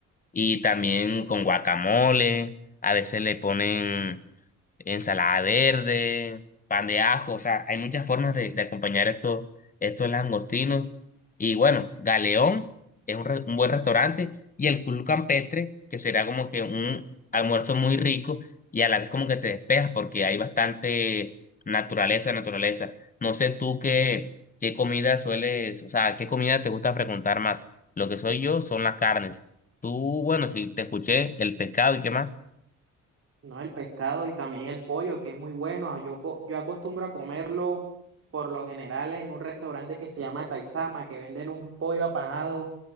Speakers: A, on the left; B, on the right.
A: y también con guacamole, a veces le ponen ensalada verde, pan de ajo, o sea, hay muchas formas de, de acompañar estos, estos langostinos. Y bueno, Galeón es un, re- un buen restaurante y el Club Campestre, que será como que un almuerzo muy rico y a la vez como que te despejas porque hay bastante naturaleza, naturaleza. No sé tú qué, qué comida sueles, o sea, qué comida te gusta frecuentar más. Lo que soy yo son las carnes. Tú, bueno, si te escuché, el pescado y qué más.
B: No, el pescado y también el pollo, que es muy bueno. Ah, Yo, co- yo acostumbro a comerlo por lo general en un restaurante que se llama Taizama, que venden un pollo apanado